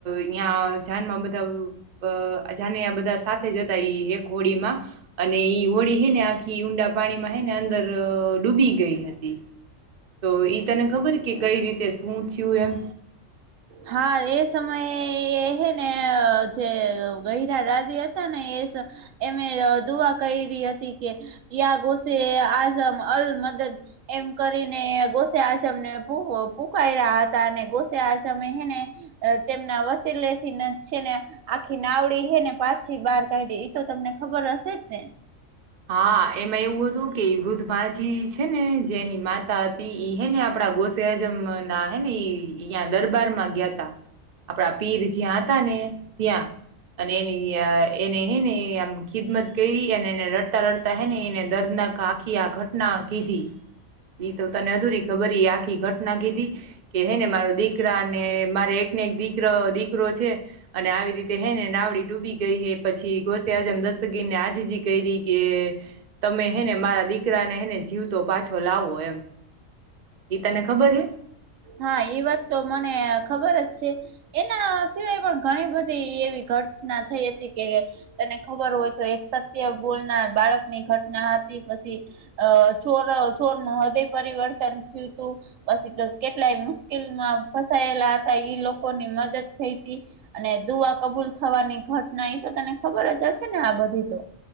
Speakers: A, on the right (about 40°); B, on the right (about 75°).
A: હં જાનમાં બધા અજાને આ બધા સાથે જતા એક હોડીમાં અને ઈ હોડી હે ને આખી ઊંડા પાણીમાં હે ને અંદર ડૂબી ગઈ હતી તો ઈ તને ખબર કે કઈ રીતે શું થયું એમ
B: હા એ સમયે એ હે ને જે ગરા રાજ હતા ને એ એ દુઆ કરી હતી કે યા ગોસે આઝમ અલ મ એમ કરીને ગોસે આચમને પૂ પૂખાય રહ્યા હતા અને ગોસે આ ને તેમના વસીલે થી છેને આખી નાવડી હેને પાછી બાર ક તો તમને ખબર હશે જ ને
A: હા એમાં એવું હતું કે વૃદ્ધ માથી છે ને જે એની માતા હતી ઈ હ ને આપડા ગો સજ ના હ ને દરબાર માં ગયાતા આપણા પીર જ્યાં હતા ને ત્યાં અને એની એને હે ને આમ ખિદમત કરી અને એને ર લડતા હ એને દર્દનાક આખી આ ઘટના કીધી ઈ તો તને અધુરી ખબર આખી ઘટના કીધી કે હેને મારો દીકરા ને મારે એક દીક દીકરો છે અને આવી રીતે હે ને નાવડી ડૂબી ગઈ હ પછી ઘોસે હજમ તગી ન્યાજી ક ર કે તમે હેને મારા દીકરાને હેને જીવતો પાછો લાવો એમ એઈ તને ખબર હે
B: હા એ વાત તો મને ખબર જ છે એના સિવાય પણ ઘણી બધી એવી. ઘટના થઈ હતી કે તને ખબર હોય તો એક સત્ય બોલનાર બાળકની ઘટના હતી. પછી અ ચોર ચોર ન હદય પરિવર્તન થયું તું પછી કેટલાય મુશ્કેલમાં ફસાયેલા હતા ઈ લોકોની મદદ થઈ હતી અને દુઆ કબૂ લ થવાની ઘટના એ તો તને ખબર જ હશે ને આ બધી તો